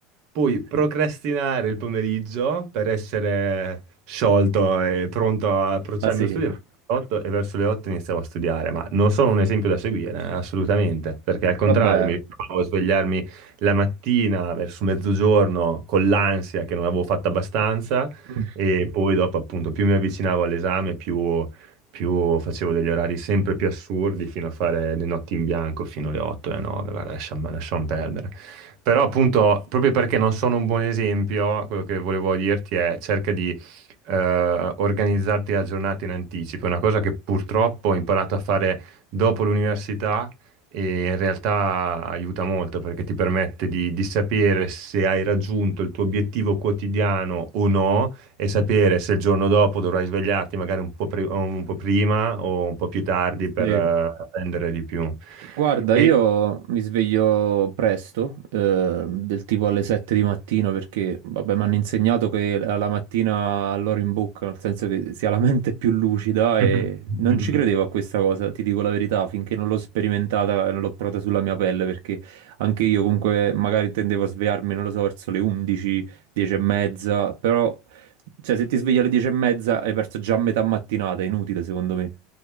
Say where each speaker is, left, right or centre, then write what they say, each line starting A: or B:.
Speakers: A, on the right; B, on the right.
A: poi procrastinare il pomeriggio per essere sciolto e pronto a approcciarmi
B: La sera.
A: allo studio. 8 e verso le 8 iniziavo a studiare, ma non sono un esempio da seguire, eh, assolutamente, perché al contrario
B: Vabbè,
A: mi ritrovavo a svegliarmi la mattina verso mezzogiorno con l'ansia che non avevo fatto abbastanza
B: <laughs>
A: e poi dopo, appunto, più mi avvicinavo all'esame, più, più facevo degli orari sempre più assurdi fino a fare le notti in bianco fino alle 8 alle 9, guarda, lasciam- lasciamo perdere. Però, appunto, proprio perché non sono un buon esempio, quello che volevo dirti è cerca di eh, organizzarti la giornata in anticipo. È una cosa che purtroppo ho imparato a fare dopo l'università e in realtà aiuta molto perché ti permette di, di sapere se hai raggiunto il tuo obiettivo quotidiano o no e sapere se il giorno dopo dovrai svegliarti magari un po', pri- un po' prima o un po' più tardi per
B: sì,
A: eh, prendere di più.
B: Guarda,
A: E...
B: io mi sveglio presto, eh, del tipo alle 7 di mattina, perché vabbè, mi hanno insegnato che la la mattina all'ora in bocca, nel senso che si ha la mente più lucida
A: <laughs>
B: e non ci credevo a questa cosa, ti dico la verità, finché non l'ho sperimentata e non l'ho provata sulla mia pelle, perché anche io comunque magari tendevo a svegliarmi, non lo so, verso le 11, 10 e mezza, però cioè, se ti svegli alle 10 e mezza hai perso già metà mattinata, è inutile secondo me.